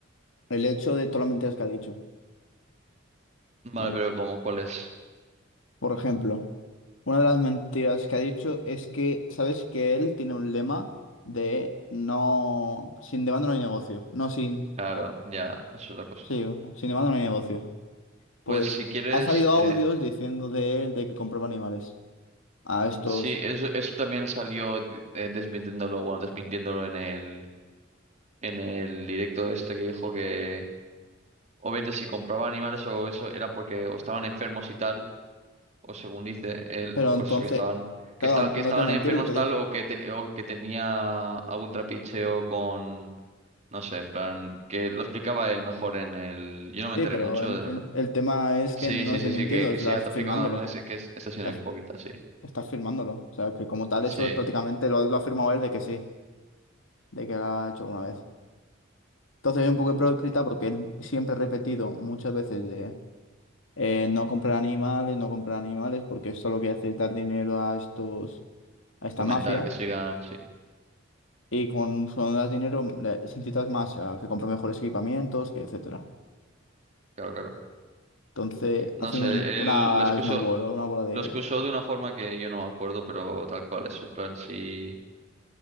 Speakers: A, on the left; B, on the right.
A: el hecho de todas las mentiras que ha dicho
B: Vale,
A: también.
B: pero como cuál es?
A: Por ejemplo, una de las mentiras que ha dicho es que, ¿sabes que él tiene un lema de no, sin demanda no hay negocio, no sin,
B: Claro,
A: o-
B: ya, eso es la cosa.
A: sí, o- sin demanda no hay negocio. Pues
B: Pues si quieres,
A: ha salido audios
B: eh,
A: diciendo de él de que compraba animales a estos,
B: sí, eso, eso también salió eh, desmintiéndolo, bueno, desmintiéndolo en el... en el directo este que dijo que obviamente si compraba animales o eso era porque o estaban enfermos y tal, o según dice él,
A: pero
B: por
A: entonces,
B: eso que estaban
A: claro,
B: que esta- que
A: no
B: estaban
A: es de mentirlo,
B: enfermos
A: entonces
B: tal o que ten- o que tenía algún trapicheo con no sé, en plan que lo explicaba él mejor en el yo no me
A: Sí,
B: enteré
A: pero
B: mucho,
A: el,
B: de verdad.
A: el- el tema es
B: Sí,
A: que no
B: sí,
A: es
B: sí,
A: de mintiendo
B: sí, que, que
A: estás
B: sea tráfico
A: firmándolo.
B: con animales, que es, está siendo
A: Estás,
B: hipócrita, sí.
A: estás firmándolo. O sea, que como tal,
B: Sí,
A: eso es prácticamente lo, lo ha firmado él de que sí, de que lo ha hecho alguna vez. Entonces, es un poco hipócrita porque él siempre ha repetido muchas veces de eh, no comprar animales, no comprar animales, porque eso lo que hace es dar dinero a estos, a esta
B: fomentar
A: mafia.
B: que sigan, sí,
A: Y con su das dinero, le- se incitas más a que compre mejores equipamientos, que etcétera.
B: claro, claro.
A: Entonces,
B: No
A: hace
B: sé,
A: un- una
B: él lo excuso,
A: snowball, una bola de.
B: Lo excusó de una forma que yo no me acuerdo, pero tal cual es. En plan, si,